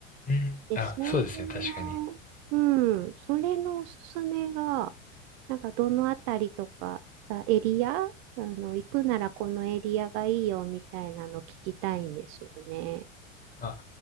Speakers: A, on the left; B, on the right.
A: うんあ、
B: で、それの、
A: そうですね。確かに。
B: うん、それのおすすめが、なんか、どのあたりとか、あエリア、あの、行くならこのエリアがいいよみたいなの聞きたいんですよね。
A: あ、